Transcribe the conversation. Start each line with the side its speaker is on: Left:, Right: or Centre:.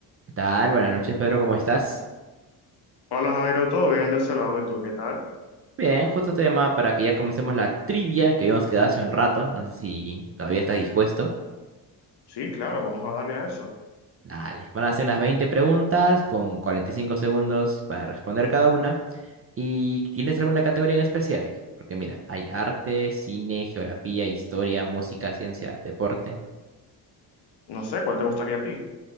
Right: ¿Qué tal? Buenas noches, Pedro, ¿cómo estás?
Left: Hola Jairo, ¿todo bien de ese lado? ¿Y tú qué tal?
Right: Bien, justo te llamaba para que ya comencemos la trivia que habíamos quedado hace un rato. No sé si todavía estás dispuesto.
Left: Sí, claro, vamos a darle a eso.
Right: Dale, van a hacer unas 20 preguntas con 45 segundos para responder cada una. ¿Y tienes alguna categoría en especial? Porque mira, hay arte, cine, geografía, historia, música, ciencia, deporte.
Left: No sé, ¿cuál te gustaría a ti?